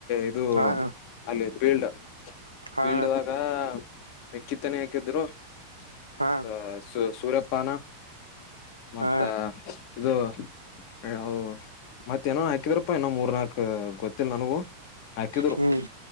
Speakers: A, on the left; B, on the right.
A: ಇದು
B: ಹಾ
A: ಅಲ್ಲ ಬೀಲ್ಡ
B: ಹಾ
A: ಫೀಲ್ಡ್ ವಾಗ ಮಕ್ಕಿತ್ತನೆೆ ಹಾಕಿದ್ರು
B: ಹಾ
A: ಮತ್ತ ಸ ಸೂರ್ಯಪ್ಪಾನ ಮತ್ತ
B: ಹಾ
A: ಇದು ಹ ಮತ್ತೇನೋ ಹಾಕಿದಾರಪ್ಪ ಏೋ ಮೂರ್ ನನಾಕಕ್ ಗೊತ್ತ ನನಗೂ ಹಾಕಿದ್ರು
B: ಹ್ಮ್